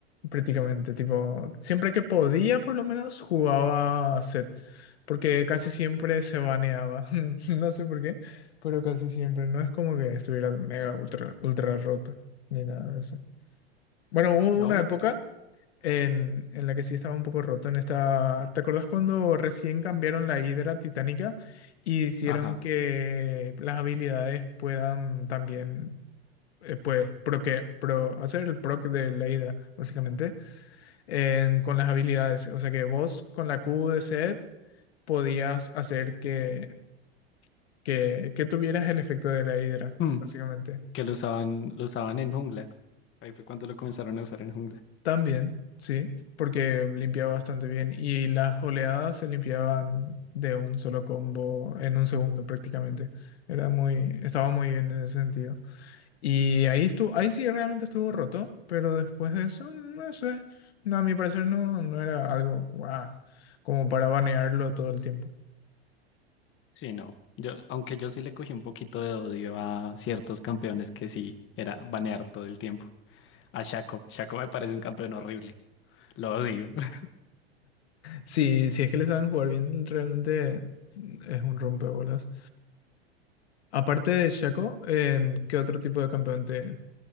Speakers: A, on the left; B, on the left.
A: prácticamente, tipo, siempre que podía por lo menos jugaba set porque casi siempre se baneaba, <laughs> no sé por qué, pero casi siempre, no es como que estuviera mega ultra, ultra rota ni nada de eso. Bueno, hubo
B: No,
A: una
B: y
A: época
B: creo.
A: en, en la que sí estaba un poco roto en esta... ¿Te acordás cuando recién cambiaron la Hidra titánica y hicieron
B: Ajá.
A: que las habilidades puedan también, eh, pues, proque- pro- hacer el proc de la Hidra, básicamente, en- con las habilidades? O sea que vos con la Q de Set podías hacer que, que, que tuvieras el efecto de la Hidra,
B: Mm,
A: básicamente.
B: Que lo usaban, lo usaban en jungla. Ahí fue cuando lo comenzaron a usar en jungla.
A: También, sí, porque limpiaba bastante bien y las oleadas se limpiaban de un solo combo en un segundo prácticamente. Era muy, estaba muy bien en ese sentido. Y ahí estuvo, ahí sí realmente estuvo roto, pero después de eso, no sé, no, a mi parecer no, no era algo guau, como para banearlo todo el tiempo.
B: Sí, no. Yo, aunque yo sí le cogí un poquito de odio a ciertos campeones que sí era banear todo el tiempo. A Shaco. Shaco me parece un campeón horrible. Lo odio. <laughs>
A: Sí, si es que le saben jugar bien, realmente es un rompebolas. Aparte de Shaco, ¿en qué otro tipo de campeón te,